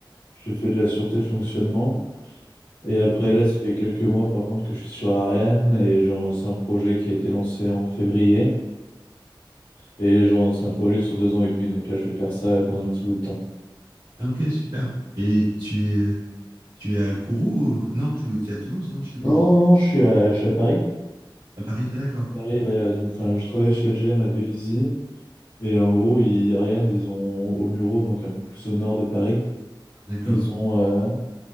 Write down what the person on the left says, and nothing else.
j'ai fait de la sûreté de fonctionnement. Et après
là, ça fait quelques mois par contre que je suis sur Ariane et genre, c'est un projet qui a été lancé en février et genre, c'est un projet sur deux ans et demi, donc là je vais faire ça pendant un petit bout de temps.
Non, non, non, je suis à, je suis à Paris.
À Paris, ouais, euh, donc enfin, je travaille chez LGM à Vélizy. Et en gros, ils, Ariane, ils ont au Muro, donc un peu plus au nord de Paris,
ils ont, euh,